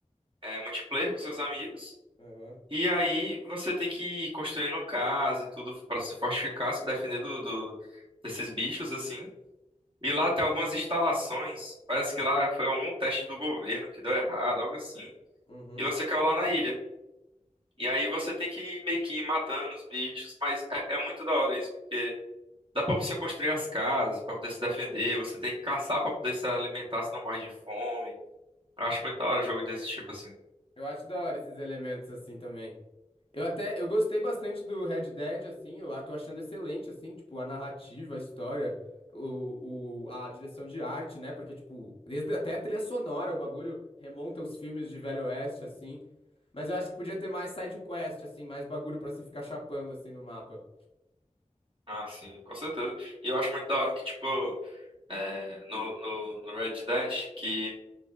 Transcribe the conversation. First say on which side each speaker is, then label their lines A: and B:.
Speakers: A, on the right; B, on the left.
A: é, multiplayer com seus amigos.
B: Aham.
A: E aí você tem que ir construindo casa e tudo pra se fortificar, se defender do, do- desses bichos, assim. E lá tem algumas instalações. Parece que lá foi algum teste do governo que deu errado, algo assim.
B: Uhum.
A: E você caiu lá na ilha. E aí você tem que meio que ir matando os bichos. Mas é, é muito da hora isso, porque dá pra você construir as casas, pra poder se defender. Você tem que caçar pra poder se alimentar, se não morre de fome. Eu acho muito da hora jogo desse tipo, assim.
B: Eu acho da hora esses elementos assim também. Eu até, eu gostei bastante do Red Dead, assim, eu a- tô achando excelente, assim, tipo, a narrativa, a história, o, o, a direção de arte, né? Porque, tipo, desde, até a trilha sonora, o bagulho remonta aos filmes de Velho Oeste, assim. Mas eu acho que podia ter mais side quest, assim, mais bagulho pra você ficar chapando, assim, no mapa.
A: Ah, sim, com certeza. E eu acho muito da hora que, tipo, é, no, no, no Red Dead, que